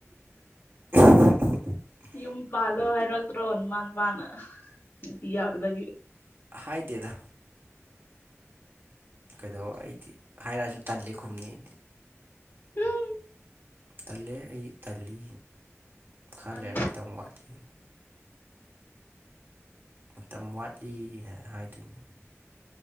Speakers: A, on the right; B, on the left.
A: <unintelligible>
B: ꯌꯨꯝ ꯄꯥꯜꯂꯣ ꯍꯥꯏꯔꯛꯇ꯭ꯔꯣꯃꯥꯟ ꯃꯥꯅ ꯏ ꯌꯥꯎꯗꯕꯒꯤ
A: ꯍꯥꯏꯗꯤꯦꯗ ꯀꯩꯗꯧ ꯑꯩꯗꯤ ꯍꯥꯏꯔꯛꯑꯁꯨ ꯇꯜꯜꯂꯤꯦ ꯈꯨꯝꯅꯤ ꯑꯩꯗꯤ
B: ꯎꯝ
A: ꯇꯜꯂꯦ ꯑꯩ ꯇꯜꯂꯤ ꯈꯥꯂꯦ
B: ꯇꯟ
A: ꯃꯇꯝ ꯋꯥꯠꯂꯤ ꯃꯇꯝ ꯋꯥꯠꯂꯤꯅ ꯍꯥꯏꯗꯣꯏꯅꯤ